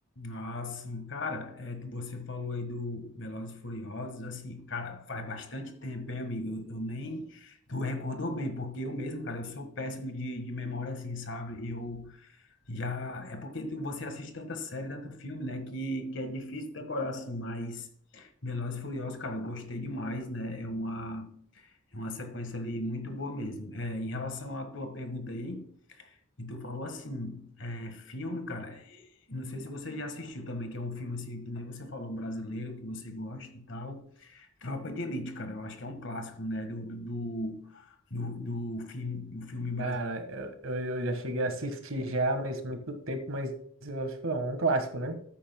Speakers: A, on the left (about 60°); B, on the right (about 75°).
A: Ah, sim, cara, é, tu- você falou aí do Velozes e Furiosos, assim, cara, faz bastante tempo, hein, amigo? Eu, eu nem, tu recordou bem, porque eu mesmo, cara, eu sou péssimo de, de memória, assim, sabe? Eu já, é porque tu, você assiste tanta série, tanto filme, né, que, que é difícil decorar, assim, mas Velozes e Furiosos, cara, eu gostei demais, né? É uma É uma sequência ali muito boa mesmo. É, em relação à tua pergunta aí, e tu falou assim, é, filme, cara, é, não sei se você já assistiu também, que é um filme assim, que nem você falou, brasileiro, que você gosta e tal. Tropa de Elite, cara, eu acho que é um clássico, né, do, do, do, do, do filme, o filme brasileiro.
B: Cara, eu, eu eu já cheguei a assistir já, mas muito tempo, mas eu acho que é um clássico, né?